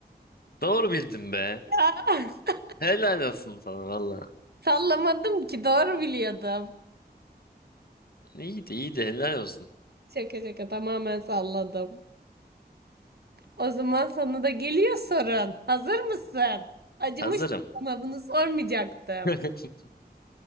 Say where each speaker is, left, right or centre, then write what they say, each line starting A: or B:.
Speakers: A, on the left; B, on the right.
A: Doğru bildim be.
B: Ya <laughs>
A: Helal olsun sana valla.
B: sallamadım ki doğru biliyordum.
A: İyiydi iyiydi helal olsun.
B: Şaka şaka tamamen salladım. O zaman sana da geliyor sorun. Hazır mısın? Acımıştım
A: Hazırım.
B: sana bunu sormayacaktım.
A: <laughs>